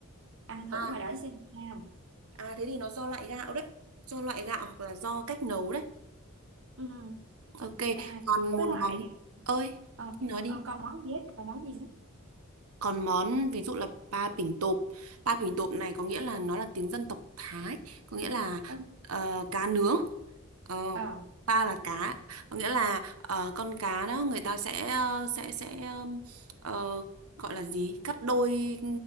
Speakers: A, on the right (about 60°); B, on the right (about 80°).
A: ăn
B: À,
A: thử ngoài đó xem sao
B: à thế thì nó do loại gạo đấy. Do loại gạo hoặc là do cách nấu đấy.
A: ừ.
B: Ok,
A: à
B: còn
A: với
B: một
A: lại
B: món. Ơi,
A: ờ,
B: thì nói
A: ờ,
B: đi.
A: còn món dép là món gì nữa
B: Còn món ví dụ là pa pỉnh tộp, pa pỉnh tộp này có nghĩa là nó là tiếng dân tộc Thái, có nghĩa là
A: ừ.
B: ờ, cá nướng. Ờ,
A: ờ
B: pa là cá, có nghĩa là ờ, con cá đó người ta sẽ ờ, sẽ sẽ ờm, ờ, gọi là gì? Cắt đôi